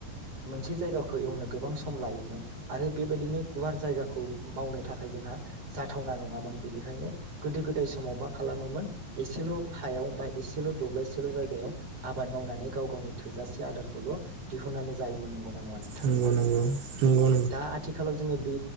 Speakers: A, on the right; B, on the right.
A: मोनसे जायगाखौ एवनो गोबां सम लायोमोन। आरो बेबायदिनो गुवार जायगाखौ मावनो थाखाय जोंहा जाथावना नङामोन, बेनिखायनो गोदो गोदाय समाव मा खालामोमोन एसेल' हायाव बा एसेल' दब्लायसेल' जायगायाव आबाद मावनानै गाव गावनि थोजासे आदारखौल' दिहुननानै जायोमोन नंगौ। ना नङा नोंथां
B: नंगौ नंगौ नंगौ नंगौ
A: दा आथि जोङो बि